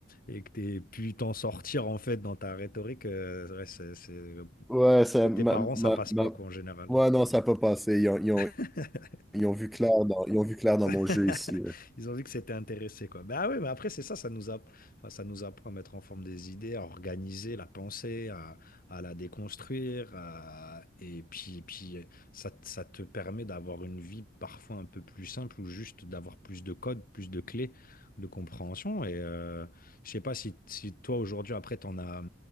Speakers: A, on the left (about 50°); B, in the centre.
A: et que t'aies pu t'en sortir en fait dans ta rhétorique, euh, ouais, c'est, c'est-
B: ouais, ça,
A: côté
B: ma,
A: parents,
B: ma-
A: ça passe
B: ma-
A: pas quoi en général.
B: ouais, non, ça n'a pas passé. Ils ont, ils ont-
A: <laughs>
B: ils ont vu clair dans, ils ont vu clair dans
A: <laughs>
B: mon jeu ici. là.
A: Ils ont vu que c'était intéressé, quoi. Ben ah oui, mais après, c'est ça, ça nous app- enfin, ça nous apprend à mettre en forme des idées, à organiser la pensée, à, à la déconstruire. à- Et puis, puis ça, t- ça te permet d'avoir une vie parfois un peu plus simple ou juste d'avoir plus de codes, plus de clés de compréhension. Et euh, je sais pas si, si toi, aujourd'hui, après, t'en as,